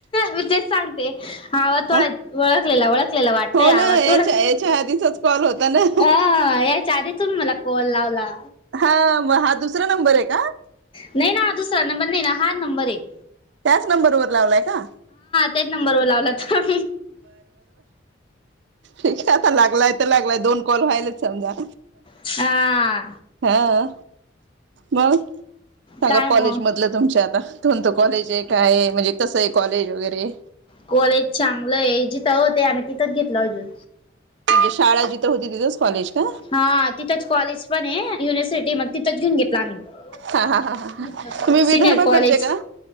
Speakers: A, on the left (about 25°); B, on the right (about 65°).
A: मी तेच सांगते आवाज थोडा
B: हा
A: वळखलेला वळखलेला वाटतोय
B: हो
A: आवाज
B: ना याच्या
A: थोडा
B: याच्या आधीचाच कॉल होता ना
A: अ याच्या आधी तुम्ही मला कॉल लावला.
B: हा मग हा दुसरा नंबर आहे का?
A: नाही ना दुसरा नंबर नाही ना हा नंबर हे.
B: त्याच नंबरवरर लावलाय का?
A: तेच नंबर व लावला त
B: य आता लागलाय तर लागलाय दोन कॉल व्हायलाच समजा.
A: हा
B: हा मग सांगा
A: काय
B: कॉलेजमधलं
A: मग
B: तुमच्या आता कोणतं कॉलेज हे काय म्हणजे कसं आहे कॉलेज वगैरे
A: कॉलेज चांगलं आहे जिथं होते आणि तिथंच घेतलं अजून
B: म्हणजे शाळा जिथं होती तिथेच कॉलेज का
A: हा तिथंच कॉलेज पण आहे युनिव्हर्सिटी मग तिथंच घेऊन घेतला आम्ही
B: हा हा हा हा तुम्ही विदर्भाकडचे
A: सीनियर कॉलेज
B: का